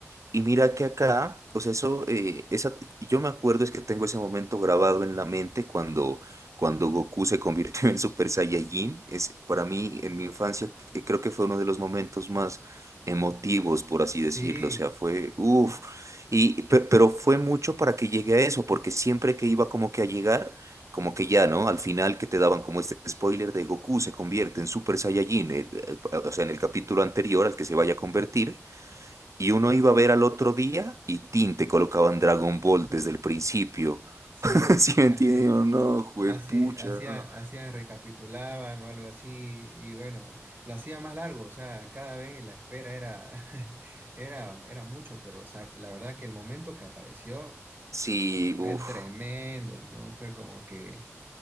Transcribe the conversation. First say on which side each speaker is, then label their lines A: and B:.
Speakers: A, on the right; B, on the right.
A: Y mira que acá, o sea, eso, eh, esa, yo me acuerdo es que tengo ese momento grabado en la mente cuando, cuando Goku se convirtió <laughs> en Super Saiyajin. Es, para mí, en mi infancia, eh, creo que fue uno de los momentos más emotivos, por así
B: sí,
A: decirlo. O sea, fue, uff, y, pe- pero fue mucho para que llegue a eso, porque siempre que iba como que a llegar, como que ya, ¿no? Al final que te daban como este spoiler de Goku se convierte en Super Saiyajin, eh, eh, o sea, en el capítulo anterior al que se vaya a convertir. Y uno iba a ver al otro día y tin, te colocaban Dragon Ball desde el principio.
B: sí,
A: <laughs> ¿Sí me entiendes?
B: así.
A: o no, juepucha.
B: Así, hacía,
A: no.
B: hacía, recapitulaban o algo así, y bueno, lo hacía más largo, o sea, cada vez la espera era, <laughs> era, era mucho, pero o sea, la verdad que el momento que apareció
A: Sí,
B: fue
A: uff,
B: tremendo, ¿no? Fue como que